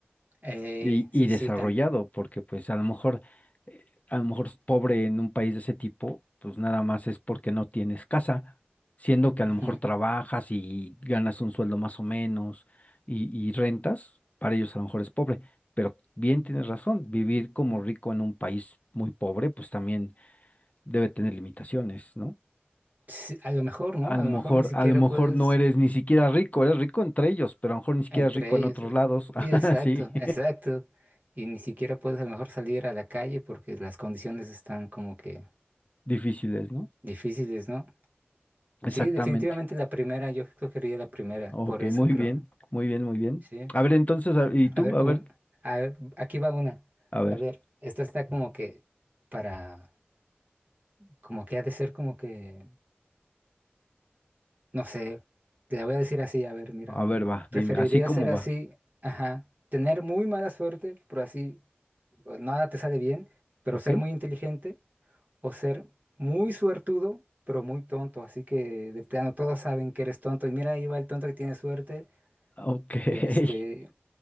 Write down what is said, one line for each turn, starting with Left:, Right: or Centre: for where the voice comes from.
Right: Ey,
Left: y, y
Right: sí,
Left: desarrollado,
Right: sí, tam-
Left: porque pues a lo mejor, eh, a lo mejor es pobre en un país de ese tipo, pues nada más es porque no tienes casa, siendo que a
Right: ujú.
Left: lo mejor trabajas y ganas un sueldo más o menos y, y rentas, para ellos a lo mejor es pobre, pero bien tienes razón, vivir como rico en un país muy pobre, pues también debe tener limitaciones, ¿no?
Right: Sí, a lo mejor, ¿no?
Left: A lo
Right: A lo
Left: mejor,
Right: mejor ni siquiera
Left: a lo mejor
Right: puedes
Left: no eres ni siquiera rico, eres rico entre ellos, pero a lo mejor ni siquiera
Right: entre
Left: es rico
Right: ellos.
Left: en otros
Right: eh.
Left: lados, <laughs>
Right: Sí, exacto,
Left: así,
Right: exacto. Y ni siquiera puedes a lo mejor salir a la calle porque las condiciones están como que
Left: <laughs> difíciles, no
Right: difíciles, ¿no? Sí,
Left: Exactamente.
Right: definitivamente la primera, yo escogería la primera,
Left: Ok,
Right: por eso
Left: muy
Right: creo.
Left: bien, muy bien, muy bien.
Right: Sí.
Left: A ver, entonces, a- ¿y tú?
Right: A ver,
Left: A ver,
Right: un, a ver, aquí va una.
Left: a ver,
Right: A ver, esta está como que para Como que ha de ser como que, no sé, te la voy a decir así, a ver, mira,
Left: a ver, va,
Right: preferiría
Left: dime, así como
Right: ser así,
Left: va.
Right: ajá, tener muy mala suerte, pero así o nada te sale bien, pero
Left: Ok,
Right: ser muy inteligente, o ser muy suertudo, pero muy tonto, así que de plano todos saben que eres tonto, y mira, ahí va el tonto que tiene suerte,
Left: ok.
Right: y este,
Left: <laughs>